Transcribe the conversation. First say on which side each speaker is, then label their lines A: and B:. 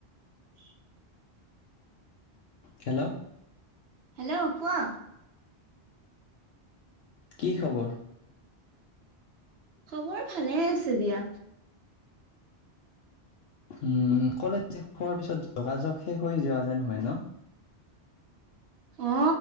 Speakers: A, on the right; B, on the left.
A: <inaudible>
B: Hello'-
A: hello কোৱা?
B: কি খবৰ?
A: খবৰ ভালে আছে দিয়া
B: উম কলেজ শেষ হোৱাৰ পিছত যোগাযোগ শেষ হৈ যোৱা যেন হয় ন?
A: অ